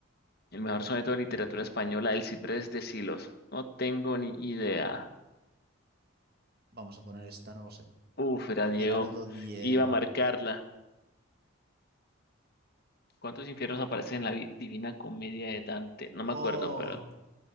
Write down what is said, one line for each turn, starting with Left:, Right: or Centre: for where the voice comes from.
Left: el mejor soneto de literatura española, El Ciprés de Silos. No tengo ni idea.
Right: Vamos a poner esta, no lo sé.
Left: Uf, era Diego.
Right: Gerardo Diego.
Left: Iba a marcarla. ¿Cuántos infiernos aparecen en la vi- Divina Comedia de Dante? No
Right: Oh,
Left: me acuerdo, pero